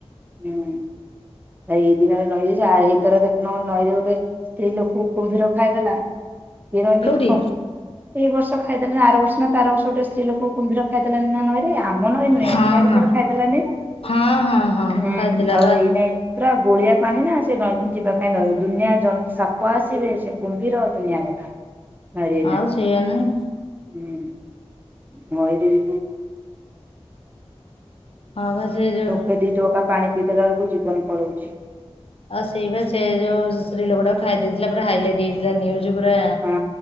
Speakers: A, on the right; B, on the left.
A: ହୁଁ ହେଇ ଦିଜନ ନଈରେ ଯା ଭିତର ଦେଖୁନୁ ନଈରେ ଗୋ ଟେ ସ୍ତ୍ରୀ ଲୋକକୁ କୁମ୍ଭୀର ଖାଇଦେଲା କିଏ ନଇକି
B: କୋଉଠି
A: ଯିବ। ଏଇ ବର୍ଷ ଖାଇଦେ ନା ଆର ବର୍ଷ ନା ତା ଆର ବର୍ଷ ଗୋଟେ ସ୍ତ୍ରୀ ଲୋକକୁ କୁମ୍ଭୀର ଖାଇଦେଲାନି ନା ନଈରେ ଆମ ନଈ ନୁହେଁ
B: ହଁ
A: ହିଆଡେ
B: ହଁ
A: କୁଆଡ଼େ ଖାଇଦେଲାନି ନା।
B: ହଁ ହଁ। ହଁ
A: ହୁଁ
B: ଖାଇଥିଲା
A: ଆଉ
B: ବା
A: ଏଇନେ ପୁରା ଗୋଳିଆ ପାଣି ନା ସେ ନଈକି ଯିବା ପାଇ ଡର
B: ହଁ
A: ଦୁନିଆ ଜନ ସାପ ଆସିବେ ସେ କୁମ୍ଭୀର ଦୁନିଆ କଥା ନଇରେ ଏନା।
B: ଆଉ ସେଇଆ ନାହିଁ
A: ହୁଁ ନଇରେ <unintelligible>
B: ହ ବା ସେଇ ଯୋଉ
A: ସେ ଦି ଢୋକା ପାଣି ପିଇ ଦେଲା ବେଳକୁ ଜୀବନ ପଳଉଛି।
B: ଆଉ ସେଇ ବା ସେ ଯୋଉ ଶୁ ସ୍ତ୍ରୀ ଲୋକଟାକୁ ଖାଇ ଦେଇଥିଲା ପୁରା ହାଇଲାଇଟ ହେଇଥିଲା ନିଉଜ ପୁରା
A: ହଁ